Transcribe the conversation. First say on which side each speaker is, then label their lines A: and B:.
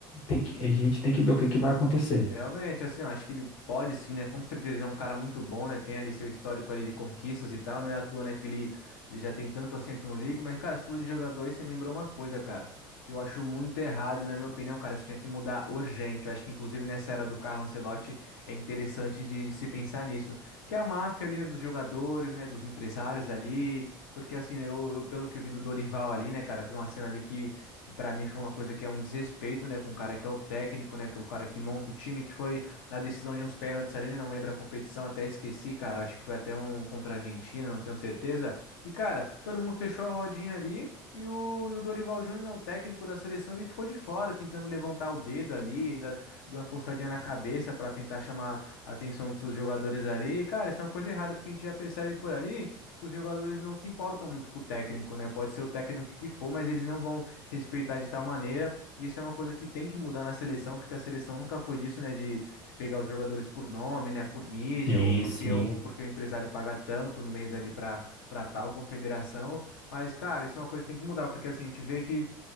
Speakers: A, on the left (about 55°); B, on the left (about 85°).
A: tem que, a gente tem que ver o que, que vai acontecer.
B: Realmente, assim, eu acho que ele pode sim, né? Com certeza ele é um cara muito bom, né? Tem ali seu histórico ali de conquistas e tal, não é à toa, né? Que ele, ele já tem tanto assim Champions League, mas, cara, você falou de jogador aí, você me lembrou uma coisa, cara, que eu acho muito errado e, na minha opinião, cara, isso tinha que mudar urgente. Eu acho que, inclusive, nessa era do Carlo Ancelotti, é interessante de, de se pensar nisso. Que é a máfia ali, né? Dos jogadores, né? Dos empresários ali, porque, assim, né, eu, eu- pelo que eu vi do Dorival ali, né, cara, eu vi uma cena ali que que para mim foi uma coisa que é um desrespeito, né, com o cara que é o técnico, né, que é o cara que monta o time, que foi na decisão de uns pênaltis ali, né, não lembro a competição, até esqueci, cara, acho que foi até um contra a Argentina, não tenho certeza. E, cara, todo mundo fechou a rodinha ali. E o, e o Dorival Júnior, né, o técnico da seleção, ele ficou de fora, tentando levantar o dedo ali, ainda deu uma coçadinha na cabeça para tentar chamar a atenção dos seus jogadores ali. E, cara, isso é uma coisa errada, porque a gente já percebe por ali que os jogadores não se importam muito com o técnico, né? Pode ser o técnico que for, mas eles não vão respeitar de tal maneira. Isso é uma coisa que tem que mudar na seleção, porque a seleção nunca foi disso, né? De, de pegar os jogadores por nome, né? Por mídia,
A: Sim,
B: ou porque,
A: sim.
B: ou porque o empresário paga tanto no mês ali para para tal confederação. Mas, cara, isso é uma coisa que tem que mudar, porque assim, a gente vê que.